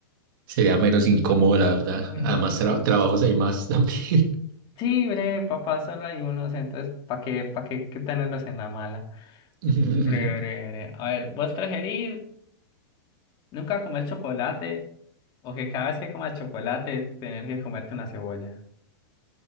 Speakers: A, on the right; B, on the left.
A: sería menos incómodo, la verdad.
B: Bueno,
A: Además, tra-
B: sí.
A: trabajos hay más también.
B: Sí, breve, papá, solo hay unos, entonces, ¿para qué, para qué, qué tenerlos en la mala?
A: <laughs>
B: Breve, breve, breve. A ver, ¿vos preferís nunca comer chocolate o que cada vez que comas chocolate tener que comerte una cebolla?